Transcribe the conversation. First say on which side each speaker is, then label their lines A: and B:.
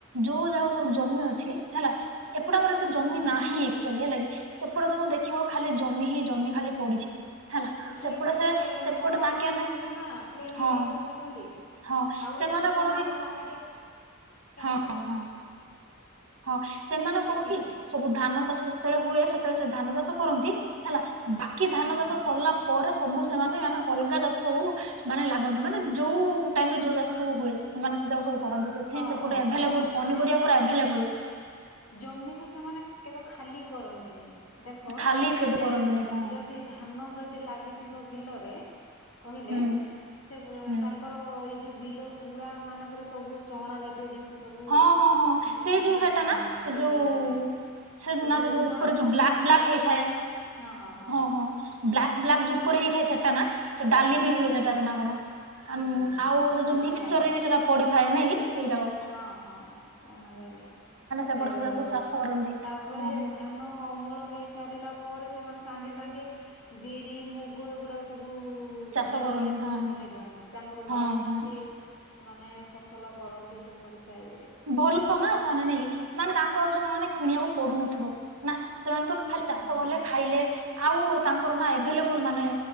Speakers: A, on the right; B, on the left.
A: ଯୋଉ ଯାଗହା ସବୁ ଜମି ଅଛି ହେଲା। ଏପଟେ ଆମର ଏତେ
B: ହଁ
A: ଜମି ନାହିଁ। ଚଲିବା ଲାଗି ସେପଟେ ତମେ ଦେଖିବ ଖାଲି ଜମି ହିଁ ଜମି ଖାଲି ପଡିଛି। ହେଲା
B: ସେଇପଟେ
A: ସେପଟେ ସେ ସେପଟେ
B: ସମତଳ
A: ତାଙ୍କେ ମାନେ
B: ଭୂମି ନା ପ୍ଲେନ୍
A: ହଁ
B: ଏରିଆ କହୁଛନ୍ତି।
A: ହଁ
B: ଆଉ
A: ସେମାନେ
B: ଏପଟେ କଣ
A: କି
B: ଆମର ପାହାଡିଆ। <unintelligible>
A: ହଁ ହଁ ହଁ ସେମାନେ
B: ସେଥିପାଇଁ
A: କଣ କି ସବୁ ଧାନ ଚାଷ ଯେତେବେଳେ ହୁଏ ସେତେବେଳେ ସେ ଧାନ ଚାଷ କରନ୍ତି। ହେଲା ବାକି ଧାନ
B: ହୁଁ।
A: ଚାଷ ସରିଲା ପରେ ସବୁ ସେମାନେ ମାନେ ଅଲଗା ଚାଷ ସବୁ ମାନେ ଲାଗନ୍ତି ମାନେ ଯୋଉ ଟାଇମ ରେ ଯୋଉ ଚାଷ ସବୁ ହୁଏ ସେମାନେ ସେ ଯାକ ସବୁ। କରନ୍ତି। ସେଥିପାଇଁ
B: ହଁ
A: ସେପଟେ
B: ହଁ
A: ଏଭେଲେବଲ
B: ହଁ ସେମାନେ
A: ପନି ପରିବା ପୁରା ଆଭେଲେବଲ।
B: ଜମିକୁ ସେମାନେ କେବେ ଖାଲି କରନ୍ତିନି, ଦେଖ
A: ଖାଲି କେବେ କରନ୍ତିନି
B: ଏ
A: ହଁ
B: ଯଦି ଧାନ ଯଦି ଲାଗିଥିବ ବିଲରେ କହିଲେ
A: ହୁଁ
B: ସେ
A: ହୁଁ
B: ତାଙ୍କର ଏଇ ଯୋଉ ବିଲ ହୁଡା ମାନଙ୍କରେ ସବୁ ଚଣା ଜାତୀୟ ଜିନିଷ ସ ସବୁ
A: ହଁ ହଁ ହଁ
B: ଏଁ
A: ସେଇ
B: ମାନେ
A: ଯୋଉ ସେଟା ନା ସେ
B: ଲଗେଇଥିବେ
A: ଯୋଉ
B: ଏଇ
A: ସେ ନା
B: ଯୋଉ
A: ସେ
B: ଚଣା
A: ଉପରେ
B: ଶାଗ
A: ବ୍ଲାକ୍
B: ଯୋଉ
A: ବ୍ଲାକ୍
B: ମକେଟ
A: ହେଇଥାଏ
B: ହଁ ହଁ ହଁ।
A: ହଁ ବ୍ଲାକ୍ ବ୍ଲାକ୍ ଯୋଉ ଉପରେ ହେଇଥାଏ ସେଟା ନା? ସେ ଡାଲି ବି
B: ହୁଁ
A: ହୁଏ ସେଟାରେ ନା କଣ
B: ହୁଁ ହୁଁ
A: ଆଉ
B: ହୁଁ
A: ସେ
B: ଚଣା
A: ଯୋଉ ମିକ୍ସଚର
B: ଡାଲି
A: ରେ ବି ସେଟା ପଡିଥାଏ ନାଇଁ କି? ସେଇ ଯାବ
B: ହଁ ହଁ ଚଣା ଡାଲି
A: ସେପଟେ
B: ସେଗୁଡାକ
A: ସେଟା ସବୁ ଚାଷ କରନ୍ତି
B: ତାପରେ
A: ହଁ
B: ଧାନ ଅମଳ ହେଇ ସାରିଲା ପରେ ସେମାନେ ସାଙ୍ଗେ ସାଙ୍ଗେ ବିରି, ମୁଗ ଏଗୁଡାକ ସବୁ
A: ଚାଷ
B: ବିଲରେ
A: କରନ୍ତି
B: ସବୁ
A: ହଁ
B: ବୁଣି ଦିଅନ୍ତି। ତାଙ୍କର ବାର
A: ହଁ
B: ମାସି
A: ହଁ
B: ମାନେ ଫସଲ କରନ୍ତି ସେ ପଟ ସାଇ
A: ଭଲ ନା ସେମାନେେ ନାଇକ କି ମାନେ ତାଙ୍କୁ ଆଉ ଜମା ମାନେ କିଣିବାକୁ ପଡୁନଥିବ ନା ସେମାନେ ତ ଖାଲି
B: ହୁଁ
A: ଚାଷ କଲେ ଖାଇଲେ ଆଉ। ତାଙ୍କର ନା ଏଭେଲେବୁଲ ମାନେ